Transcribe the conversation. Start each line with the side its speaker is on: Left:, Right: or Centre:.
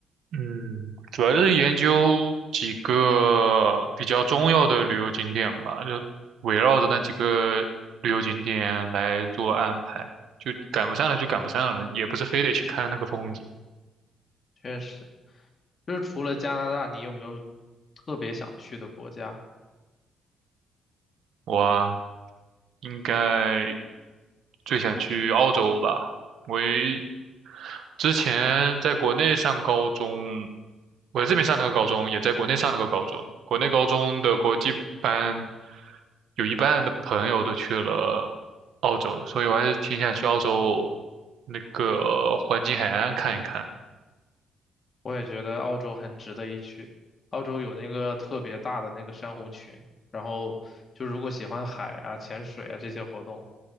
Right: 嗯，主要就是研究几个比较重要的旅游景点吧，就围绕着那几个旅游景点来做安排，就赶不上了就赶不上了，也不是非得去看那个风景。
Left: 确实，就是除了加拿大，你有没有特别想去的国家？
Right: 我啊应该最想去澳洲吧，我也之前在国内上高中，我在这边上了个高中，也在国内上了个高中。国内高中的国际班，有一半的朋友都去了澳洲，所以我还是挺想去澳洲那个黄金海岸看一看。
Left: 我也觉得澳洲很值得一去。澳洲有那个特别大的那个珊瑚群，然后就如果喜欢海啊、潜水啊这些活动，